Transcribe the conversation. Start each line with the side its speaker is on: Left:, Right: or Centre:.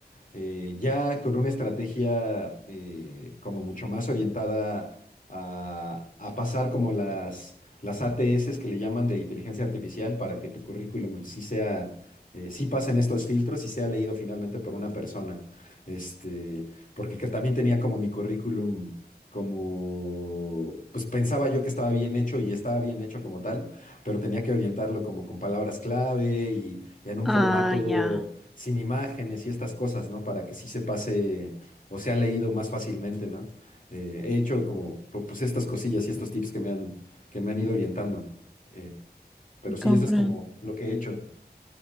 Left: eh, ya con una estrategia eh, como mucho más orientada a, a pasar como las, las ATS que le llaman de inteligencia artificial para que tu currículum sí sea, eh, sí pasen estos filtros y sea leído finalmente por una persona. Este, porque que también tenía como mi currículum, como, pues pensaba yo que estaba bien hecho y estaba bien hecho como tal pero tenía que orientarlo como con palabras clave y, y en un
Centre: Ah,
Left: formato
Centre: ya,
Left: sin imágenes y estas cosas, ¿no? Para que sí se pase o sea leído más fácilmente, ¿no? Eh, he hecho como pu- pues estas cosillas y estos tips que me han, que me han ido orientando. eh, pero sí,
Centre: comprendo.
Left: eso es como lo que he hecho.